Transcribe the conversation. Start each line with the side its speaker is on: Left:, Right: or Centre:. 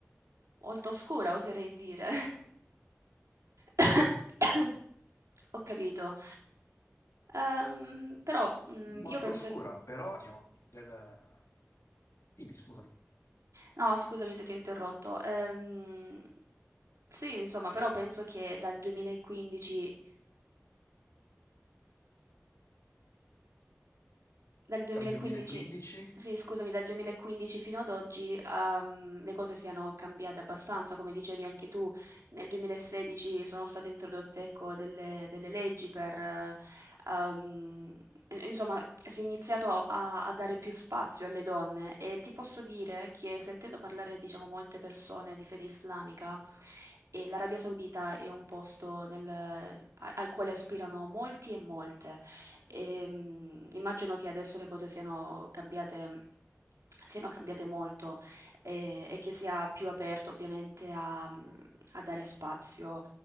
Right: molto oscura oserei dire. <coughs> Ho capito. Ehm, però, mhmm,
Left: Molto
Right: io penso
Left: oscura, però del... Dimmi, scusami,
Right: No, scusami se ti ho interrotto. Ehm, sì, insomma, però penso che dal 2015 dal 2015,
Left: dal 2015?
Right: sì, scusami, dal 2015 fino ad oggi ehm, le cose siano cambiate abbastanza, come dicevi anche tu, nel 2016 sono state introdotte, ecco, delle, delle leggi per, eh, ehm, in- insomma, si è iniziato a, a dare più spazio alle donne e ti posso dire che sentendo parlare, diciamo, molte persone di fede islamica, e l'Arabia Saudita è un posto nel- a- al quale aspirano molti e molte. Ehm, immagino che adesso le cose siano cambiate siano cambiate molto, ehm, e che sia più aperto ovviamente a mhmm, a dare spazio